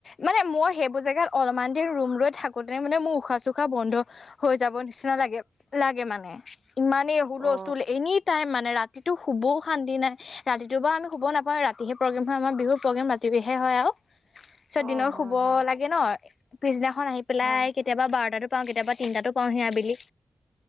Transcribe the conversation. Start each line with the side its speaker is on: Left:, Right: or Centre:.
Left: মানে মই। সেইবোৰ জেগাত অলপমান দেৰি ৰুম লৈ থাকোতে মানে মোৰ উশাহ চশাহ বন্ধ হৈ যাব নিচিনা লাগে লাগে মানে। ইমানেই হুল
Right: অ
Left: ষ্টুল এনিটাইম মানে ৰাতিটো শুবও শান্তি নাই ৰাতিটো বা আমি শুব নাপাওঁ ৰাতিহে প্ৰগ্ৰেম হয় আমাৰ বিহুৰ প্ৰগ্ৰেম ৰাতিহে হয় আৰু <unintelligible> পিছত
Right: অ
Left: দিনৰ
Right: হয়
Left: শুব
Right: হয়
Left: লাগে ন পিছদিনা খন আহি পেলাই
Right: হয়
Left: কেতিয়াবা বাৰটাটো পাওঁ কেতিয়াবা তিনটাতো পাওঁহি আবেলি